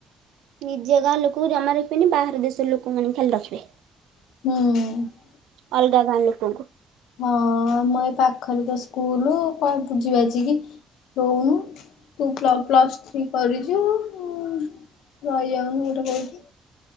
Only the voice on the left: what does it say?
ହୁଁ।
ହଁ ଆମ ଏଇ ପାଖରେ ତ ସ୍କୁଲ କଣ ବୁଝିବାଝିକି ରଉନୁ ତୁ ପ୍ଲ ପ୍ଲସ୍ ଥ୍ରୀ କରିଚୁ। ରହି ଯାଉନୁ ଗୋଟେ କୋଉଠି।